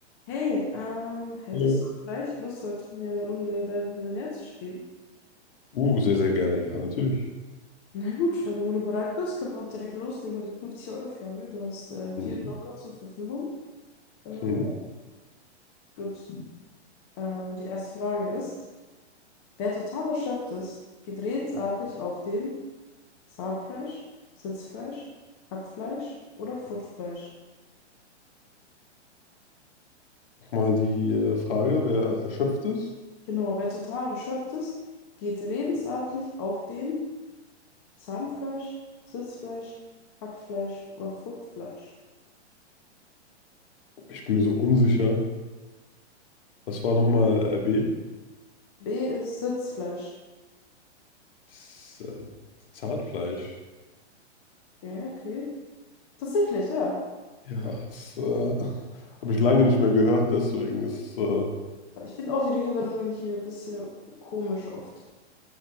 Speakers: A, on the left; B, on the left.
A: Hey, ähm, hättest
B: Hallo.
A: du vielleicht Lust, heute mit mir eine Runde Wer wird Millionär zu spielen?
B: Uh, sehr, sehr gerne, ja, natürlich.
A: Na gut, dann, wenn du bereit bist, können wir auch direkt loslegen mit der fünfzig euro frage Du hast äh, vier
B: Mhm.
A: Joker zur Verfügung. Äh,
B: Mhm.
A: ja, gut, ähm, die erste Frage ist: Wer total erschöpft ist, geht redensartlich auf dem Zahnfleisch, Sitzfleisch, Hackfleisch oder Fruchtfleisch?
B: Mal die äh, Frage, wer erschöpft ist?
A: Genau, wer total erschöpft ist, geht redensartlich auf dem Zahnfleisch, Sitzfleisch, Hackfleisch oder Fruchtfleisch.
B: Ich bin mir so unsicher. Was war nochmal äh, B?
A: B ist Sitzfleisch.
B: S- äh, Zahnfleisch.
A: Ja, okay. Tatsächlich, ja.
B: Ja, das äh, <laughs> habe ich lange nicht mehr gehört, deswegen ist,
A: Ja.
B: äh,
A: Ich finde auch die Redewendungen hier ein bisschen komisch oft.